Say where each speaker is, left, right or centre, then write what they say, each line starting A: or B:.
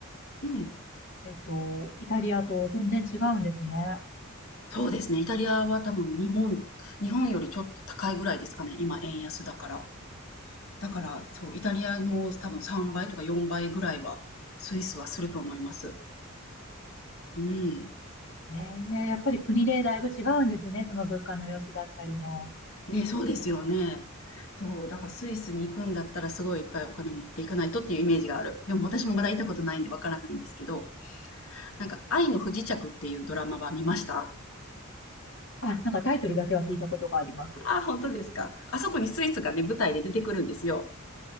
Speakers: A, on the left; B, on the left.
A: うん。
B: えっと、イタリアと全然違うんですね。
A: そうですね。イタリアは多分日本、日本よりちょっと高いぐらいですかね。今円安だから。だから、そう、イタリアの多分3倍とか4倍ぐらいは、スイスはすると思います。うん。
B: ええやっぱり国でだいぶ違うんですね、その物価の様子だったりも。
A: ね、そうですよね。そう、だからスイスに行くんだったらすごいいっぱいお金を持っていかないとっていうイメージがある。でも私もまだ行ったことないんでわからないんですけど、なんか愛の不時着っていうドラマは見ました
B: あ、なんかタイトルだけは聞いたことがあります。
A: ああ本当ですか。あそこにスイスがね、舞台で出てくるんですよ。